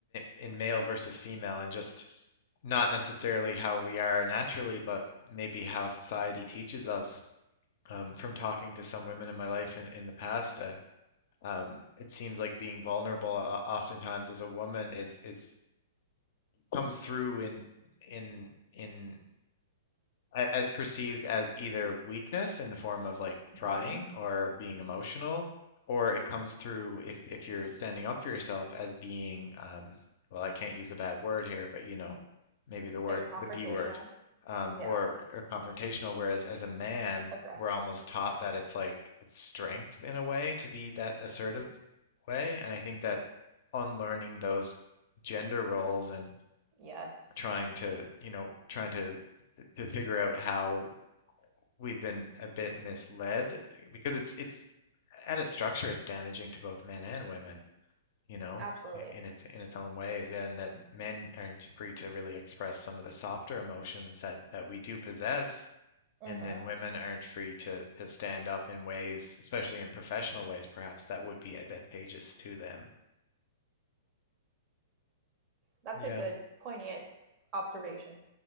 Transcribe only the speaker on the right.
mm-hmm.
like confrontational
yeah
aggressive
yes
absolutely
mm-hmm
That's
a good, poignant observation.